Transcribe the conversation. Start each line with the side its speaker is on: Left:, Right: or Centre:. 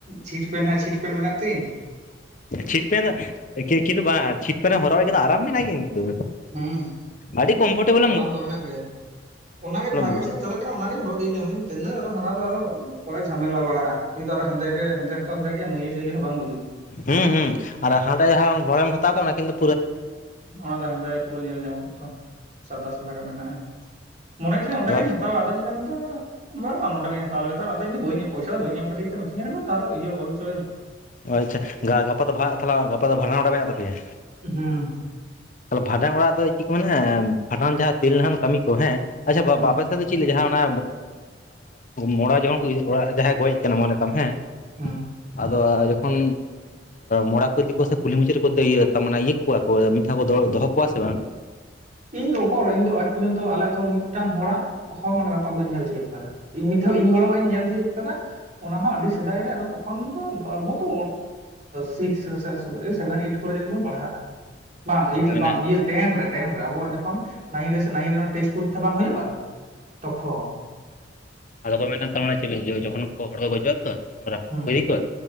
Right: ᱪᱷᱤᱴ ᱯᱮᱱᱴ ᱦᱟᱸᱜ ᱪᱷᱤᱴ ᱯᱮᱱᱴ ᱢᱮᱱᱟᱜ ᱛᱤᱧ ᱾
Left: ᱪᱷᱤᱴ ᱯᱮᱱ ᱫᱚ ᱮᱠᱮ ᱮᱠᱤ ᱫᱩ ᱵᱟᱝ ᱪᱷᱤᱴᱯᱮᱱ ᱦᱚᱨᱟᱭ ᱠᱤᱫᱟ ᱟᱨᱟᱢ ᱢᱮᱱᱟᱜ-ᱟ ᱠᱤᱱᱛᱩ᱾
Right: ᱦᱩᱸ ᱾
Left: ᱟᱹᱰᱤ ᱠᱚᱢᱯᱷᱚᱴᱮᱵᱚᱞ
Right: ᱟᱨᱟᱢ ᱫᱚ ᱢᱮᱱᱟᱜ ᱜᱮᱭᱟ ᱚᱱᱟᱜᱮ ᱡᱟᱦᱟᱸ
Left: ᱵᱩᱡᱟ
Right: ᱠᱚ ᱥᱮᱤᱧ ᱪᱟᱞᱟᱜ ᱚᱱᱟᱜᱤᱧ ᱦᱚᱨᱚᱜ ᱤᱫᱤᱭ ᱫᱟ ᱢᱮᱱ ᱫᱟᱹᱧ ᱛᱤᱱᱟᱹᱜ ᱟᱨᱚ ᱦᱟᱱᱟ ᱫᱚ ᱟᱨᱚ ᱚᱠᱚᱭ ᱡᱷᱟᱢᱮᱞᱟ ᱵᱟᱲᱟᱜ-ᱟ ᱱᱤᱛ ᱫᱚ ᱟᱨᱚ ᱦᱮᱸᱫᱮ ᱜᱮ ᱦᱮᱸᱫᱮ ᱛᱚ ᱦᱮᱸᱫᱮ ᱜᱮᱭᱟ ᱢᱟᱹᱭᱞᱟᱹ ᱴᱟᱹᱭᱞᱟᱹ ᱦᱚᱸ ᱵᱟᱝ ᱵᱩᱡᱩᱜ-ᱟ ᱾
Left: ᱦᱩᱸ ᱦᱩᱸ ᱟᱨ ᱦᱟᱸᱰᱮ ᱡᱟᱦᱟᱸ <inaudible> ᱦᱟᱛᱟᱣ ᱠᱮᱫ ᱚᱱᱟ ᱠᱤᱱ ᱫᱚ
Right: ᱚᱱᱟ ᱫᱚ ᱦᱮᱸᱫᱮ ᱯᱩᱨᱟᱹ ᱧᱮᱞ ᱧᱟᱢᱚᱜ-ᱟ ᱛᱚ᱾ ᱥᱟᱫᱟ ᱥᱟᱫᱟ ᱜᱮ ᱢᱮᱱᱟᱜ-ᱟ ᱢᱚᱱᱮᱡ ᱛᱟᱦᱮᱸᱤᱧ ᱚᱸᱰᱮ
Left: ᱫᱚ
Right: ᱜᱤᱧ ᱦᱟᱛᱟᱣᱟ ᱟᱫᱚᱧ ᱢᱮᱱᱫᱟ ᱵᱟ ᱵᱟᱝ ᱱᱚᱰᱮᱜᱤᱧ ᱦᱟᱛᱟᱣ ᱞᱮᱫᱟ ᱟᱫᱚᱧ ᱟᱫᱚ ᱤᱧ ᱮᱢ ᱯᱚᱭᱥᱟ ᱫᱚ ᱵᱟᱹᱧ ᱮᱢ ᱠᱟᱛᱮᱫ ᱛᱚ ᱢᱤᱛᱟᱹᱧ ᱠᱟᱱᱟ ᱠᱚ ᱛᱟᱦᱚᱞᱮ ᱤᱭᱟᱹ ᱚᱞᱦᱚᱪᱚᱭᱮᱢ᱾
Left: ᱚ ᱟᱪᱪᱷᱟ ᱜᱟᱯᱟ ᱫᱚ ᱛᱟᱦᱚᱞᱮ ᱜᱟᱯᱟ ᱫᱚ ᱵᱷᱟᱰᱟᱱ ᱚᱲᱟᱜ ᱢᱮᱱᱟᱜ ᱛᱟᱯᱮᱭᱟ?
Right: ᱦᱩᱸ
Left: ᱛᱟᱦᱚᱞᱮ ᱵᱷᱟᱸᱰᱟᱱ ᱚᱲᱟᱜ ᱫᱚ ᱪᱮᱫ ᱠᱚ ᱢᱮᱱᱟ ᱵᱷᱟᱸᱰᱟᱱ ᱡᱟᱦᱟᱸ ᱛᱮᱞ ᱱᱟᱦᱟᱱ ᱠᱟᱹᱢᱤ ᱠᱚ ᱦᱮᱸ ᱟᱪᱪᱷᱟ ᱵᱟ
Right: ᱦᱩᱸ
Left: ᱟᱯᱮ ᱥᱮᱫ ᱪᱮᱫ ᱞᱮᱠᱟ ᱡᱟᱦᱟᱸ ᱚᱱᱟ ᱢᱚᱲᱟ ᱡᱚᱠᱷᱚᱱ ᱠᱚ ᱤᱫᱤ ᱠᱚᱣᱟ ᱡᱟᱦᱟᱸᱭ ᱜᱚᱡ ᱟᱠᱟᱱᱟ ᱢᱚᱱᱮ ᱠᱟᱜ ᱦᱮᱸ <inaudible>
Right: ᱦᱩᱸ
Left: ᱟᱫᱚ ᱡᱚᱠᱷᱚᱱ ᱢᱚᱲᱟ ᱠᱚ ᱤᱫᱤ ᱠᱚᱣᱟ ᱥᱮ ᱠᱩᱞᱦᱤ ᱢᱩᱪᱟᱹᱫ ᱨᱮ ᱠᱚ ᱮ ᱤᱭᱟᱹ ᱠᱚᱣᱟ ᱠᱚ <inaudible> ᱫᱚ ᱫᱚᱦᱚ ᱠᱚᱣᱟ ᱥᱮ ᱵᱟᱝ?
Right: ᱤᱧ ᱫᱚ ᱚᱠᱟᱨᱮ ᱟᱡ ᱯᱚᱨᱡᱚᱱᱛᱚ ᱟᱞᱮ ᱟᱛᱳ ᱨᱮ ᱢᱤᱫᱴᱟᱝ ᱦᱚᱲᱟᱜ ᱦᱚ ᱨᱟᱯᱟᱜ ᱵᱟᱹᱧ ᱧᱮᱞ ᱛᱤᱭᱳᱜ ᱟᱠᱟᱫᱟ ᱾ ᱤᱧ ᱢᱤᱫ ᱫᱷᱟᱣ ᱤᱧ ᱜᱚᱲᱚᱢᱟᱜ ᱤᱧ ᱧᱮᱞ ᱛᱤᱭᱳᱜ ᱠᱟᱫᱟ ᱾ ᱚᱱᱟ ᱦᱚᱸ ᱟᱹᱰᱤ ᱥᱮᱫᱟᱭ ᱨᱮ ᱟᱫᱚ ᱛᱚᱠᱷᱚᱱ ᱫᱚ ᱟᱵᱚᱛᱚ ᱥᱤᱥᱠ ᱨᱮ ᱥᱮᱵᱷᱮᱱ ᱮᱭᱤᱴ ᱠᱚᱨᱮ ᱡᱟᱹᱱᱤᱡ ᱵᱚᱱ ᱯᱟᱲᱟᱜ-ᱟ
Left: <unintelligible>
Right: ᱵᱟᱝ ᱟᱭᱤᱴ
Left: ᱢᱮᱱᱟ
Right: ᱨᱮ ᱵᱟᱝ ᱴᱮᱱ ᱨᱮ ᱴᱮᱱ ᱨᱮ ᱟᱵᱚᱣᱟᱜ ᱡᱚᱠᱷᱚᱱ ᱱᱟᱭᱤᱱ ᱨᱮ ᱥᱮ ᱱᱟᱭᱤᱱ ᱨᱮ ᱴᱮᱥᱴ ᱯᱚᱨᱤᱠᱷᱟ ᱵᱟᱝ ᱦᱩᱭᱩᱜ-ᱟ ᱛᱚᱠᱷᱚᱱ
Left: ᱟᱫᱚ ᱠᱚ ᱢᱮᱱᱟ ᱛᱟᱨᱢᱟᱱᱮ ᱡᱚᱠᱷᱚᱱ ᱠᱚ ᱦᱚᱲ ᱠᱚ ᱜᱚᱡᱚᱜ-ᱟ ᱛᱚ ᱨᱟᱯᱟᱜ
Right: ᱦᱩᱸ
Left: ᱵᱟᱠᱚ ᱤᱫᱤ ᱠᱚᱣᱟ